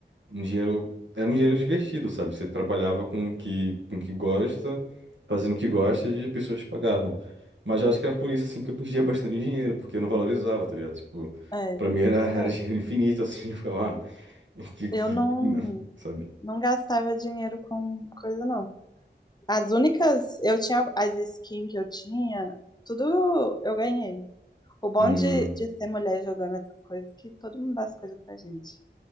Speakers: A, on the right; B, on the left.
A: um dinheiro, era um dinheiro divertido, sabe? Você trabalhava com o que, com o que gosta, fazendo o que gosta e as pessoas te pagavam. Mas eu acho que era por isso, assim, que eu perdia bastante dinheiro, porque eu não valorizava, tá ligado? Tipo,
B: É,
A: pra mim era,
B: isso
A: era
B: é.
A: dinheiro infinito, assim, <laughs> eu ficava, ah, <laughs> que, que,
B: Eu não,
A: não", sabe?
B: não gastava dinheiro com coisa, não. As únicas, eu tinha as skins que eu tinha, tudo eu ganhei. O bom
A: Hum,
B: de, de ser mulher jogando essas coisas é que todo mundo dá as coisas pra gente.